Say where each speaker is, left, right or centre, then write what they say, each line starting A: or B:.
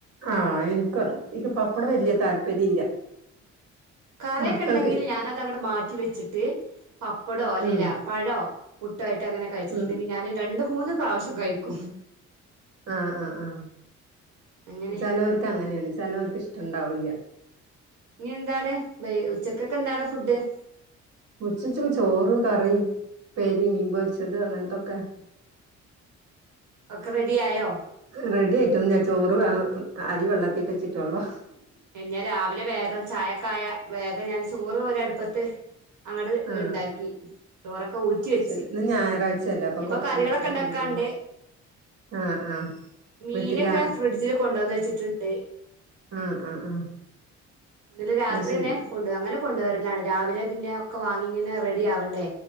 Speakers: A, on the right (about 55°); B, on the right (about 80°).
A: ആഹ് എനിക്കും അതെ എനിക്ക് പപ്പടം വലിയ താല്പര്യം ഇല്ല.
B: കറിയൊക്കെ
A: മക്കൾക്ക്
B: ഉണ്ടെങ്കിൽ
A: ഇഷ്ടാണ്
B: ഞാനത് അങ്ങോട്ട് മാറ്റി വെച്ചിട്ട് പപ്പടോ അല്ലേൽ
A: ഉം
B: പഴോ പുട്ടായിട്ട് അങ്ങനെ കഴിച്ചിട്ടുണ്ടെങ്കിൽ
A: ഉം
B: ഞാൻ രണ്ട് മൂന്ന് പ്രാവശ്യം കഴിക്കും.
A: ആഹ് ആഹ് ആഹ്
B: അങ്ങനെ
A: ചിലോർക്ക് അങ്ങനെയാണ് ചിലോർക്ക് ഇഷ്ടണ്ടാവൂല്ല.
B: ഇഞ് എന്താണ് വൈ ഉച്ചക്കെക്കെന്താണ് ഫുഡ്?
A: ഉച്ചക്ക് ചോറും കറിം ഉപ്പേരിം മീൻ പൊരിച്ചത് അങ്ങൻത്തൊക്കെ.
B: ഒക്കെ റെഡിയായോ?
A: റെഡി ആയിട്ടൊന്നുല്ല ചോറ് വേ അരി വെള്ളത്തിലിട്ടെച്ചിട്ടൊളു.
B: ഞാൻ രാവിലെ വേഗം ചായൊക്കായ വേഗം ഞാൻ ചോറ് ഒരടുപ്പത്ത്. അങ്ങട്ട്
A: ആഹ്
B: ഇണ്ടാക്കി ചോറൊക്കെ ഊറ്റി വെച്ച്.
A: ശരി ഇന്ന് ഞായറാഴ്ചല്ലേ അപ്പൊ
B: ഇനിയിപ്പോ
A: കൊറച്ചു
B: കറികളൊക്കെ
A: നേരം
B: ഉണ്ടാക്കാണ്ട്
A: വൈകിച്ചത് ആഹ് ആഹ്.
B: മീനൊക്കെ
A: വീട്ടിലാ
B: ഫ്രിഡ്ജില് കൊണ്ടെന്ന് വെച്ചിട്ട്ണ്ട്.
A: ആഹ് ആഹ് ആഹ്
B: ഇന്നലെ രാത്രിന്നെ
A: അത് ശരി
B: കൊണ്ട് വരും അങ്ങനെ കൊണ്ടോരലാണ് രാവിലെ പിന്നെ ഒക്കെ വാങ്ങി ഇങ്ങനെ റെഡി ആവണ്ടേ?